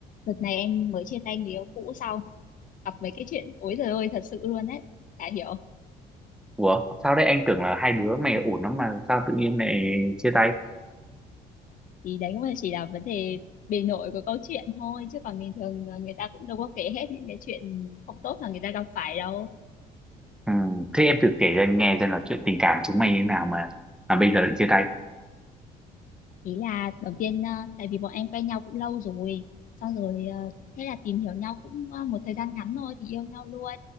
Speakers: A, on the left (about 50°); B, in the centre.
A: Đợt này em mới chia tay người yêu cũ sau gặp mấy cái chuyện ối giời ơi thật sự luôn đấy chả hiểu
B: Ủa, sao đấy anh tưởng là hai đứa mày ổn lắm mà sao tự nhiên lại chia tay?
A: thì đấy cũng là chỉ là vấn đề bề nổi của câu chuyện thôi chứ còn bình thường là người ta cũng đâu có kể hết những cái chuyện không tốt là người ta gặp phải đâu
B: Ừ. Thế em thử kể cho anh nghe xem là chuyện tình cảm chúng mày như thế nào mà mà bây giờ lại chia tay.
A: ý là đầu tiên ờ, tại vì bọn anh quen nhau cũng lâu rồi xong rồi ờ, thế là tìm hiểu nhau cũng ờ, một thời gian ngắn thôi thì yêu nhau luôn